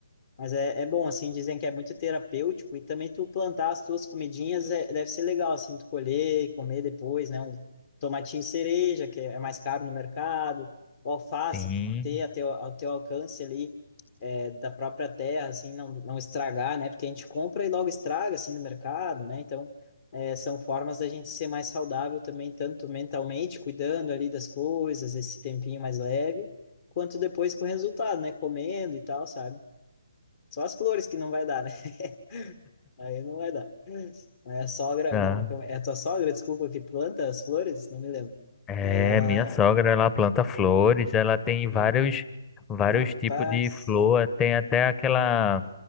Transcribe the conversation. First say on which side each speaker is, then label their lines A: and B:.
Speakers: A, on the left (about 40°); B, on the left (about 15°).
A: Mas é, é bom, assim, dizem que é muito terapêutico e também tu plantar as tuas comidinhas é, deve ser legal, assim, tu colher e comer depois, né? Um tomatinho cereja, que é mais caro no mercado, o alface,
B: Sim,
A: que ter a teu, ao teu alcance ali é, da própria terra, assim, não, não estragar, né? Porque a gente compra e logo estraga, assim, no mercado, né? Então, é, são formas da gente ser mais saudável também, tanto mentalmente, cuidando ali das coisas, esse tempinho mais leve, quanto depois com o resultado, né? Comendo e tal, sabe? Só as flores que não vai dar, né? <laughs> Aí não vai dar. É a sogra,
B: ah,
A: não, é a tua sogra, desculpa, que planta as flores? Não me lembro.
B: é,
A: Aí ela,
B: minha sogra, ela planta flores, ela tem vários,
A: "Hum,
B: vários
A: rapaz,
B: tipos de flor, tem até aquela